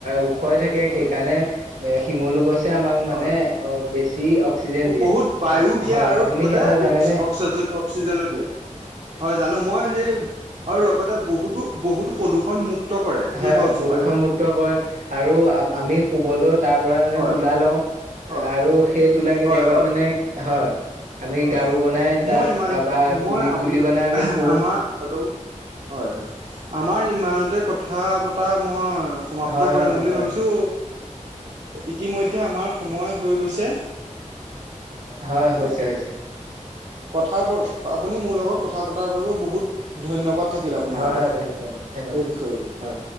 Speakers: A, on the right; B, on the right.
A: ওখ হৈ থাকে
B: উম
A: সেইকাৰণে শিমলু গছে আম তোমাক মানে
B: হয়
A: অলপ বেছি অক্সিজেন দিয়ে।
B: বহুত বায়ু দিয়ে
A: হয়,
B: আৰু
A: আপুনি
B: লগতে
A: সেই কথা জানেনে?
B: অক্স অক্সিজেন অক্সিজেনো হয়, জানো মই সেই আৰু লগতে বহুতো- বহুতো প্ৰদূষণ মুক্ত কৰে সেই
A: হয়,
B: গছজোপাই
A: প্ৰদূষণ মুুক্ত কৰাত আৰু আমি শুবলৈত তাৰ পৰা মানে
B: হয়
A: তুলা লওঁ
B: হয়
A: আৰু সেই
B: হয়
A: তুলা কেতিয়াবা
B: হয় হয়
A: মানে হয় আমি
B: হয়
A: গাৰু বনাই তাত
B: মই ইমান
A: বা তুলি
B: মই আপোনাৰ
A: -তুলি বনাই আমি শুওঁ
B: আমাৰ হেল্ল' হয়- হয়। আমাৰ ইমানতে কথা পতা মই সমাপ্ত
A: হয়
B: কৰিম
A: হয়
B: বুলি
A: হয়
B: ভাবিছো। ইতিমধ্যে আমাৰ সময় হৈ গৈছে।
A: হয়, হৈছে
B: অ
A: -হৈছে।
B: কথাৰ ওপৰত আপুনি মোৰ লগত কথা পতাৰ বাবে বহুত ধন্যবাদ। থাকিল আপোনাৰলে
A: হয় হয় ধন্যবাদ ধন্যবাদ
B: এই বিষয়টো
A: হয়